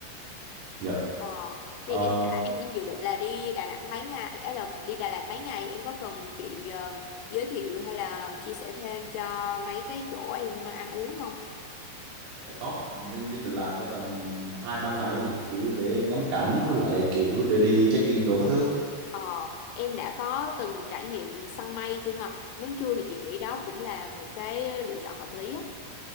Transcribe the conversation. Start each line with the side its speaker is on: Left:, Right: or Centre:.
Right: dạ
Left: ờ thì
Right: Ờ,
Left: em đã em dự định là đi Đà Nẵng mấy ngày ấy là đi Đà Lạt mấy ngày em có cần chị ờ, giới thiệu hay là chia sẻ thêm cho mấy cái chỗ em ăn uống không
Right: dạ có nên đi Đà Lạt có tầm hai ba ngày ấy kiểu để ngắm cảnh với lại kiểu để đi check in đồ các thứ
Left: ờ em đã có từng trải nghiệm săn mây chưa hả nếu chưa thì chị nghĩ đó cũng là một cái lựa chọn hợp lý á